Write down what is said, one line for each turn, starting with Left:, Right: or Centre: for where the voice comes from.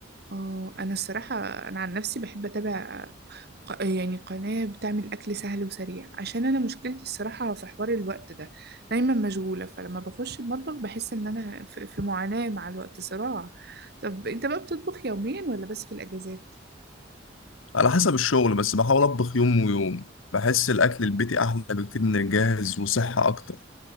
Right: اه انا الصراحة انا عن نفسي بحب اتابع ق- يعني قناة بتعمل اكل سهل وسريع عشان انا مشكلتي الصراحة في حوار الوقت ده دايما مشغولة فلما بخش المطبخ بحس ان انا في في معاناة مع الوقت صراع طب انت بقى بتطبخ يوميا ولا بس في الاجازات
Left: على حسب الشغل بس بحاول أطبخ يوم ويوم بحس الأكل البيتي أحلى بكتير من الجاهز وصحة أكتر